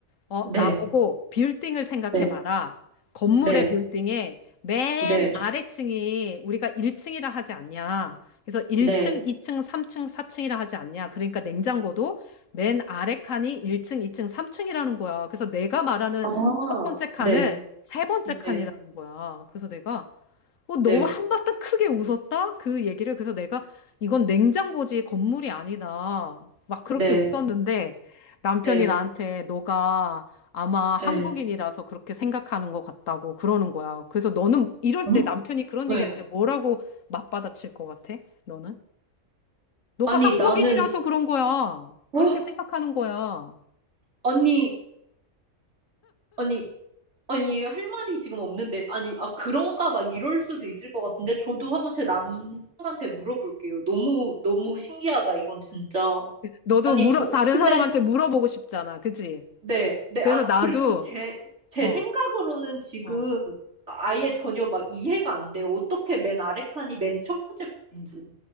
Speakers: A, on the left (about 80°); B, on the right (about 60°).
A: 어,
B: 네,
A: 나보고 빌딩을 생각해봐라.
B: 네,
A: 건물의
B: 네,
A: 빌딩에 맨
B: 네,
A: 아래층이 우리가 1층이라 하지 않냐. 그래서 1층,
B: 네,
A: 2층, 3층, 4층이라 하지 않냐. 그러니까 냉장고도 맨 아래 칸이 1층, 2층, 3층이라는 거야. 그래서 내가 말하는
B: 아,
A: 첫 번째 칸은
B: 네,
A: 세 번째 칸이라는
B: 네,
A: 거야. 그래서 내가, 어, 너무
B: 네,
A: 한바탕 크게 웃었다? 그 얘기를. 그래서 내가 이건 냉장고지 건물이 아니다. 막 그렇게
B: 네,
A: 웃었는데 남편이
B: 네,
A: 나한테 너가 아마 한국인이라서
B: 네,
A: 그렇게 생각하는 것 같다고 그러는 거야. 그래서 너는 이럴
B: 응?
A: 때 남편이 그런
B: 네.
A: 얘기할 때 뭐라고 맞받아칠 것 같아? 너는? 너가
B: 아니,
A: 한국인이라서
B: 나는,
A: 그런 거야. 그렇게
B: 헉!
A: 생각하는 거야.
B: 아니, 아니, 아니, 할 말이 지금 없는데, 아니, 아, 그런가 막 이럴 수도 있을 것 같은데, 저도 한번 제 남편한테 물어볼게요. 너무, 너무 신기하다, 이건 진짜.
A: 너도
B: 아니,
A: 물어,
B: 저,
A: 다른
B: 근데
A: 사람한테 물어보고 싶잖아. 그지?
B: 네, 네,
A: 그래서
B: 아,
A: 나도,
B: 그리고 제, 제
A: 어,
B: 생각으로는 지금
A: 어.
B: 아예 전혀 막 이해가 안 돼요. 어떻게 맨 아래 칸이 맨 첫 번째 칸인지.